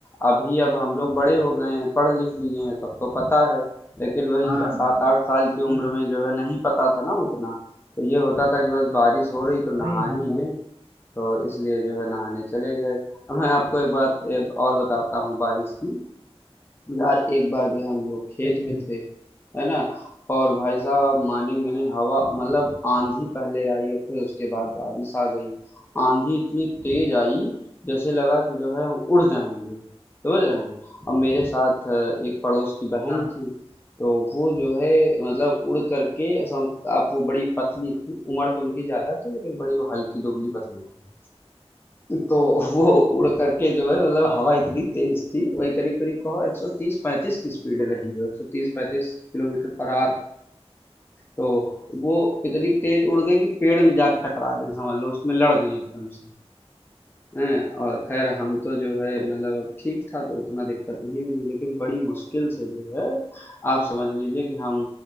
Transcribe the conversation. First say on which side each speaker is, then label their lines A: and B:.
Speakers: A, on the left; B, in the centre.
A: अभी अब हम लोग बड़े हो गए हैं पढ़ लिख लिए हैं तब तो पता है लेकिन वही
B: हाँ
A: सात आठ साल की
B: हम्म,
A: उम्र में जो है नहीं पता था ना उतना तो ये होता था कि बस बारिश हो रही तो
B: नहीं
A: नहा
B: नहीं
A: ही
B: हाँ
A: लें तो इसलिए जो है नहाने चले गए अब मैं आपको एक बात एक और बताता हूँ बारिश की यार एक बार जो है हम लोग खेत
B: जी, जी,
A: में थे है ना और भाई साहब आप मानेंगे नहीं हवा मतलब आंधी पहले आई और फिर उसके बाद बारिश आ गई आंधी इतनी तेज आई जैसे लगा कि जो है हम उड़ जाएंगे समझ रहे हैं अब मेरे साथ अ, एक पड़ोस की बहन
B: हाँ।
A: थी तो वो जो है मतलब उड़ करके सम- आप वो बड़ी पतली थी उम्र तो उनकी ज्यादा थी लेकिन बड़ी वो हल्की दुबली पतली थी तो वो उड़ करके जो है मतलब हवा इतनी तेज थी वही करीब करीब कहो 130 35 की स्पीड रही हो 130 35 किलोमीटर पर आवर तो वो इतनी तेज उड़ गई कि पेड़ में जाके टकरा गई समझ लो उसमें लड़ गई एकदम से हैं और खैर हम तो जो है मतलब अब ठीक था तो उतना दिक्कत नहीं हुई लेकिन बड़ी मुश्किल से जो है आप समझ लीजिए कि हम